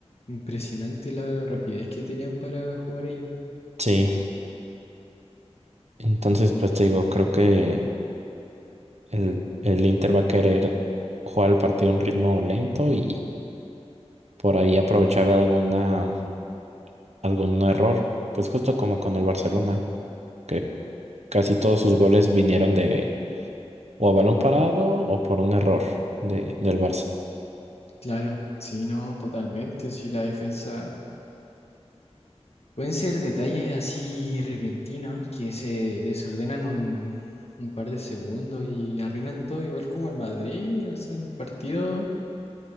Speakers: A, on the left; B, on the right.
A: impresionante la rapidez que tenían para jugar ellos.
B: sí, entonces pues te digo, creo que el, el Inter va a querer jugar el partido a un ritmo lento y por ahí aprovechar alguna, algún error, pues justo como con el Barcelona, que casi todos sus goles vinieron de o a balón parado o por un error de, del Barça.
A: Claro, sí, no, totalmente, sí, la defensa Pueden ser detalles así repentinos que se desordenan un, un par de segundos y arruinan todo, igual como el Madrid, o sea, en el partido